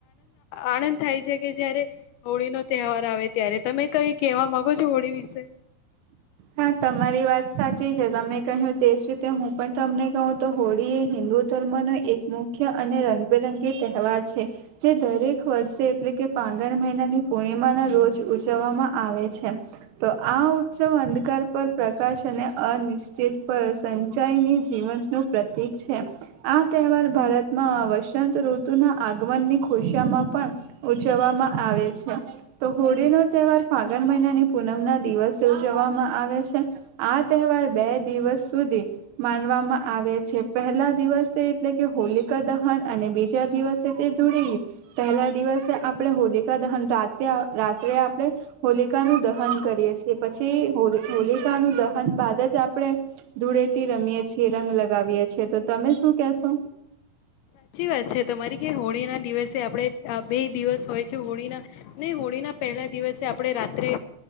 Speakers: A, on the left; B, on the right.
A: આનંદ થાય છે કે જ્યારે હોળીનો તહેવાર આવે ત્યારે તમે હોળી વિશે કંઈ કહેવા માંગો છો?
B: હા, તમારી વાત સાચી છે. તમે કહ્યું તે જ રીતે હું પણ તમને કહું તો, હોળી એ હિન્દુ ધર્મનો એક મુખ્ય અને રંગબેરંગી તહેવાર છે. જે દર વર્ષે એટલે કે ફાગણ મહિનાની પૂનમના રોજ ઉજવવામાં આવે છે. તો આ ઉત્સવ અંધકાર પર પ્રકાશ અને અનિશ્ચિત પર સંચાઈની જીવન નું પ્રતીક છે. આ તહેવાર ભારતમાં વસંત ઋતુના આગમનની ખુશીમાં પણ ઉજવવામાં આવે છે. તો હોળી નો તહેવાર ફાગણ મહિનાની પૂનમના દિવસે ઉજવવામાં આવે છે. આ તહેવાર બે દિવસ સુધી માનવામાં આવે છે. પહેલા દિવસે એટલે કે હોલિકા દહન અને બીજા દિવસે <unintelligible> જોડી પહેલા દિવસે હોલિકા દહન રાતે આપણે હોલિકાનું દહન કરીએ છીએ. પછી હોલિકાનું દહન પછી જ આપણે ધૂળેટી રમીએ છીએ. રંગ લગાવીએ છીએ. તો તમે શું કશો?
A: સાચી વાત છે તમારી કે હોળીના દિવસે આપણે આ બે દિવસ હોય છે હોળીના નહી હોળી ના પહેલા દિવસે આપણે રાત્રે